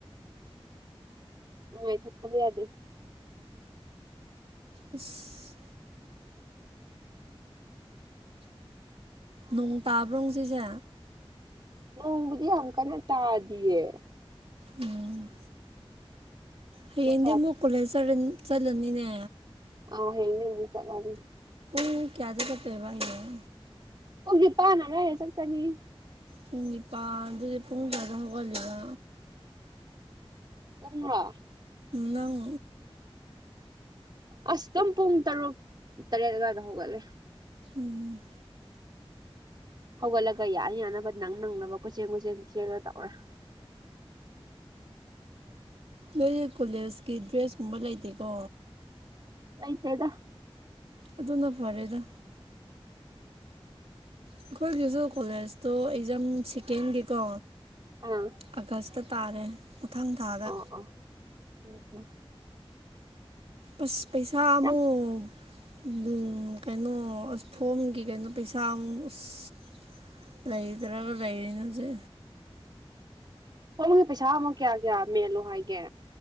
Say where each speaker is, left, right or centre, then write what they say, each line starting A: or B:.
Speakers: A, on the right (about 45°); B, on the right (about 75°).
A: ꯅꯨꯡꯉꯥꯏ ꯊꯣꯛꯇꯕ ꯌꯥꯗꯦ
B: ꯑꯁ ꯅꯣꯡ ꯇꯥꯕ꯭ꯔꯣ ꯉꯁꯤꯁꯦ
A: ꯅꯣꯡꯕꯨꯗꯤ ꯌꯥꯝ ꯀꯟꯅ ꯇꯥꯗꯤꯑꯦ
B: ꯎꯝ ꯍꯌꯦꯡꯗꯤ
A: ꯅꯨꯡꯁꯥꯗꯤ
B: ꯑꯃꯨꯛ ꯀꯣꯂꯦꯖ ꯆꯠꯂꯅꯤꯅꯦ
A: ꯑꯧ ꯍꯌꯦꯡꯗꯩ ꯑꯃꯨꯛ ꯆꯠꯂꯅꯤ
B: ꯄꯨꯡ ꯀꯌꯥꯗꯩ ꯆꯠꯇꯣꯏꯕ ꯍꯌꯦꯡ
A: ꯄꯨꯡ ꯅꯤꯄꯥꯟ ꯑꯗꯥꯏꯗ ꯆꯠꯀꯅꯤ
B: ꯄꯨꯡ ꯅꯤꯄꯥꯜꯗꯨꯗꯤ ꯄꯨꯡ ꯀꯌꯥꯗ ꯍꯧꯒꯠꯂꯤꯕ
A: ꯄꯨꯡꯔꯣ
B: ꯅꯪ
A: ꯑꯁ ꯑꯗꯨꯝ ꯄꯨꯡ ꯇꯔꯨꯛ ꯇꯔꯦꯠ ꯑꯗꯨꯋꯥꯏꯗ ꯍꯧꯒꯠꯂꯦ
B: ꯎꯝ
A: ꯍꯧꯒꯠꯂꯒ ꯌꯥ ꯌꯥꯅꯕ ꯅꯪ ꯅꯪꯅꯕ ꯀꯣꯏꯆꯦꯟ ꯀꯣꯏꯆꯦꯟ ꯆꯦꯜꯂ ꯇꯧꯔꯦ
B: ꯅꯣꯏ ꯀꯣꯂꯦꯖꯀꯤ ꯗ꯭ꯔꯦꯁ ꯀꯨꯝꯕ ꯂꯩꯇꯦꯀꯣ
A: ꯑꯥꯏꯇꯦꯗ
B: ꯑꯗꯨꯅ ꯐꯔꯦꯗ ꯑꯩꯈꯣꯏꯒꯤꯁꯨ ꯀꯣꯂꯦꯖꯇꯣ ꯑꯦꯛꯖꯥꯝ ꯁꯤꯀꯦꯟꯒꯤꯀꯣ
A: ꯑꯥ
B: ꯑꯥꯒꯁꯇ ꯇꯥꯔꯦ ꯃꯊꯪ ꯊꯥꯗ
A: ꯑꯣ ꯑꯣ ꯎꯝ ꯎꯝ
B: ꯑꯁ ꯄꯩꯁꯥ ꯑꯃꯨꯛ
A: ꯌꯥꯝ
B: ꯎꯝ ꯀꯩꯅꯣ ꯑꯁ ꯐꯣꯝꯒꯤ ꯀꯩꯅꯣ ꯄꯩꯁꯥ ꯑꯃꯨꯛ ꯑꯁ ꯂꯩꯥꯏꯗ꯭ꯔꯥꯒ ꯂꯩꯔꯤꯅꯁꯦ
A: ꯍꯣꯡꯕꯒꯤ ꯄꯩꯁꯥ ꯑꯃꯨ ꯀꯌꯥ ꯀꯌꯥ ꯃꯦꯜꯂꯣ ꯍꯥꯏꯒꯦ